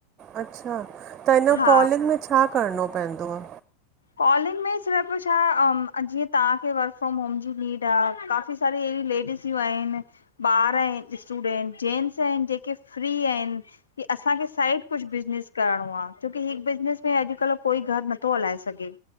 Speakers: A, on the right; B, on the left.
A: अच्छा त हिन
B: हा
A: कॉलिंग में छा करिणो पवंदो आ?
B: कॉलिंग में सिर्फ़ छा अम जीअं तव्हांखे वर्क फ्रोम होम जी नीड आ, काफ़ी सारीे एड़ी लेडीज़ लेडिस्यू आएन, बार आएन, स्टूडेन्ट, जेन्ट्स आएन, जेके फ्री आएन। असांखे साइड कुझु बिज़नेस करिणो आहे छोकी हिक बिज़नेस में अॼुकल्ह कोई घर नथो हलाए सघे। सगें